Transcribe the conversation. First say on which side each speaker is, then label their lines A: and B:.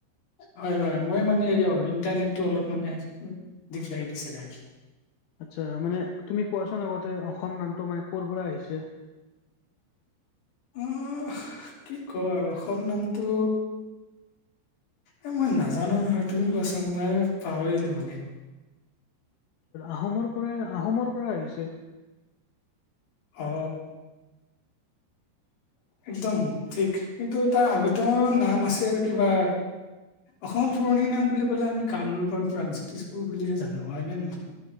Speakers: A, on the left; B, on the left.
A: হয় হয় মই মানে ইণ্টাৰনেটটো অলপ মানে দিগদাৰী দিছিলে।
B: আচ্ছা মানে তুমি কোৱাচোন আগতে অসম নামটো মানে ক'ৰ পৰা আহিছিল?
A: উম কি কওঁ আৰু অসম নামটো এই মই নাজানো নহয় তুমি কোৱাচোন মই পাহৰিলো মানে
B: আহোমৰ পৰাই আহোমৰ পৰা আহিছে।
A: অ, একদম ঠিক কিন্তু তাৰ আগতেও নাম আছিল কিবা অসমৰ পুৰণি নাম বুলি ক'লে আমি কামৰূপ আৰু প্ৰগজ্যোতিষপুৰ বুলিহে জানো হয় নে নহয়?